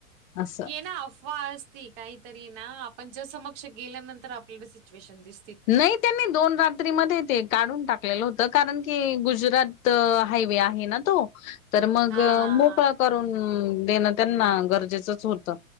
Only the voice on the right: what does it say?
ये ना अफवाह असती. काहीतरी ना आपणच्या समक्ष गेल्यानंतर आपल्याला सिच्युएशन दिस
हा हा
हा